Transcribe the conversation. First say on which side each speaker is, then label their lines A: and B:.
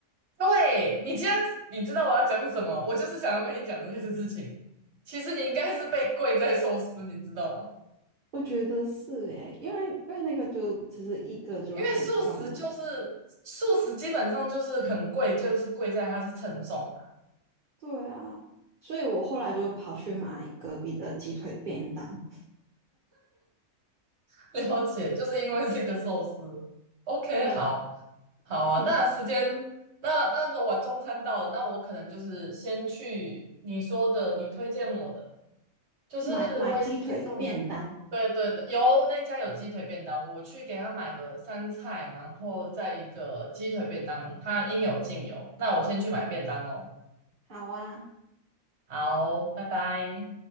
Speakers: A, on the right; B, on the right.
A: 对，你这样，你知道我要讲什么？我就是想要跟你讲这件事情。其实你应该是被贵在寿司，你知道吗？
B: 我觉得是诶，因为因为那个就其实一个就很重了，
A: 因为素食就是素食，基本上就是很贵，就是贵在它是称重啊。
B: 对啊，所以我后来就跑去买隔壁的鸡腿便当，
A: <laughs> 了解，就是因为这个寿司。OK，
B: 对啊，
A: 好，好啊。
B: 对啊，
A: 那时间，那那个我中餐到了，那我可能就是先去你说的，你推荐我的。就是我也是接受你的，
B: 买买鸡腿便当，
A: 对对对，有那家有鸡腿便当，我去给他买个三菜，然后再一个鸡腿便当，他应有尽有。那我先去买便当喽，
B: 好啊。
A: 好，拜拜。